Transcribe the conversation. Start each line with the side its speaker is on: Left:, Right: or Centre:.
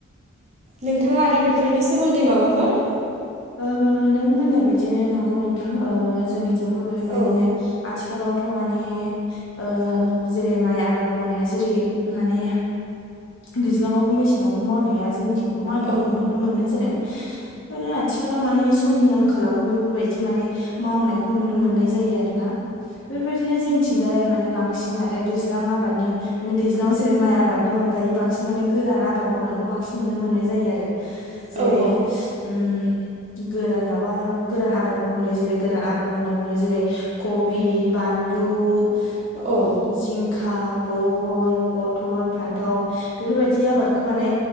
Right: नोंथाङा आरो बेफोरनि सोमोन्दै माबाफोर
Left: ओ नों होननाय बायदिनो नंगौ नोंथां ओ जोंनि जोंबो बेफोरबायदिनो
Right: औ
Left: आथिखालाव थ' माने ओ जेरै माइ आबाद मावनाया जेरै माने दैज्लाङआवबो मेसेंङावबो मावनाया जोंनिथिंबो मावनाय
Right: औ
Left: नुनो मोननाय जादों <unintelligible> आथिखालाव माने समनि आंखालावबो बेफोरबायदि माने मावनायखौ नुनो मोननाय जायो आरोना। बेफोरबायदिनो जोंथिंजाय माने बांसिन आरो दैज्लां आबादनि माने दैज्लाङाव जेरै माइ आबादनि अन बांसिन माने गोरान आबाद मावनायखौ बांसिन नुनो मोननाय जायो आरो।
Right: आबाद मावनायखौ बांसिन नुनो मोननाय जायो आरो
Left: जेरै
Right: औ औ
Left: ओम गोरान माबा गोरान आबाद महरै जेरै गोरान आबाद मावनायाव महरै जेरै कबि, बानलु, बु
Right: औ
Left: जिंखा बहल पथल फान्थाव। बेफोरबायदि आबादखौ माने